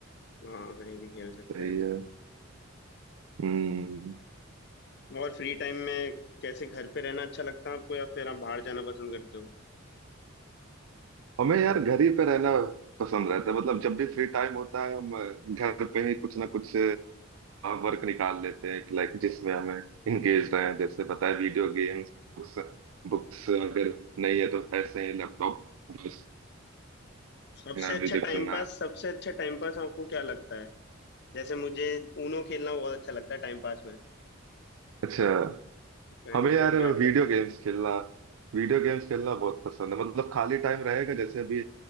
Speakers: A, on the left; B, on the right.
A: हाँ कहीं भी खेल सकते
B: सही
A: हैं
B: है हम्म।
A: और फ्री टाइम में कैसे घर पे रहना अच्छा लगता है आपको या फिर आप बाहर जाना पसंद करते हो
B: हमें यार घर ही पे रहना पसंद रहता है मतलब जब भी फ्री टाइम होता है हम घर पे ही कुछ ना कुछ वर्क निकाल लेते हैं कि लाइक जिसमें हमें इंगेज रहे हैं जैसे पता है वीडियो गेम्स बुक्स बुक्स अगर नहीं है तो ऐसे ही लैपटॉप ब्राउज
A: सबसे
B: करना
A: अच्छा
B: म्यूजिक
A: टाइम
B: सुनना
A: पास सबसे अच्छा टाइम पास आपको क्या लगता है जैसे मुझे ऊनो खेलना बहुत अच्छा लगता है टाइम पास में
B: अच्छा
A: फ्रेंड्स
B: हमें
A: के
B: यार
A: साथ बैठ जा
B: वीडियो गेम्स खेलना वीडियो गेम्स खेलना बहुत पसंद है मतलब खाली टाइम रहेगा जैसे अभी